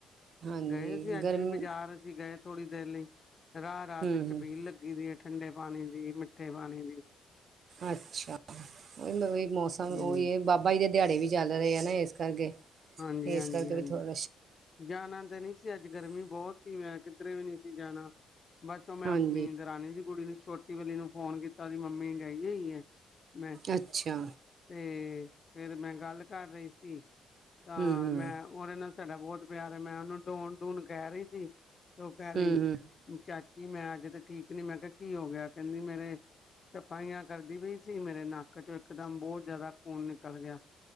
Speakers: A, on the right; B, on the left.
A: ਹਾਂਜੀ
B: ਗਏ ਸੀ ਅੱਜ
A: ਗਰਮੀ
B: ਵੀ ਬਾਜ਼ਾਰ। ਅੱਸੀ ਗਏ ਥੋੜ੍ਹੀ ਦੇਰ ਲਈ ਰਾਹ ਰਾਹ
A: ਹਮ
B: ਤੇ ਛਬੀਲ
A: ਹਮ
B: ਲੱਗੀ ਦੀ ਹੈ ਠੰਡੇ ਪਾਣੀ ਦੀ। ਦੀ ਮਿੱਠੇ ਪਾਣੀ ਦੀ।
A: ਅੱਛਾ। ਉਹੀ ਮੌਸਮ
B: ਹੂੰ
A: ਉਹੀ ਹੈ। ਬਪ ਬਾਈ ਦੇ ਦਿਹਾੜੇ ਵੀ ਚੱਲ ਰਹੇ ਆ ਨਾ ਇਸ ਕਰਕੇ
B: ਹਾਂਜੀ ਹਾਂਜੀ
A: ਇਸ ਕਰਕੇ
B: ਹਾਂਜੀ
A: ਵੀ ਥੋੜਾ
B: ਜਾਣਾ ਤਾਂ ਨਹੀਂ ਸੀ ਅੱਜ ਗਰਮੀ ਬਹੁਤ ਸੀ ਮੈਂ ਕਿੱਧਰੇ ਵੀ ਨਹੀਂ ਸੀ ਜਾਣਾ ਬਸ ਓ ਮੈਂ
A: ਹਾਂਜੀ
B: ਆਪਣੀ। ਰਾਣੀ ਦੀ ਕੁੜੀ ਨੂੰ ਛੋਟੀ ਵਾਲਲੀ ਨੂੰ ਫੋਨ ਕੀਤਾ ਸੀ ਮੰਮੀ ਗਈ ਆਈ ਹੈ ਮੈਂ
A: ਅੱਛਾ
B: ਤੇ ਫੇਰ ਮੈਂ ਗੱਲ ਕਰ ਰਹੀ ਸੀ ਤਾਂ
A: ਹਮ ਹਮ
B: ਮੈਂ ਓਦੇ ਨਾਲ ਸਾਡਾ ਬਹੁਤ ਪਿਆਰ ਹੈ ਮੈਂ ਉਹਨੂੰ ਡੋਣ ਡੂਣ ਕਹਿ ਰਹੀ ਸੀ ਤੇ ਉਹ ਕਹਿ ਰਹੀ
A: ਹਮ ਹਮ
B: ਚਾਚੀ ਮੈਂ ਅਜ ਤਾਂ ਠੀਕ ਨੀ ਮੈਂ ਕਿਹਾ ਕੀ ਹੋ ਗਿਆ ਕਹਿੰਦੀ ਮੇਰੇ ਸਫ਼ਾਈਆਂ ਕਰਦੀ ਪਈ ਸੀ ਮੇਰੇ ਨੱਕ ਚ ਇਕਦਮ ਬੋਅ ਜ਼ਿਆਦਾ ਖੂਨ ਨਿਕਲ ਗਿਆ।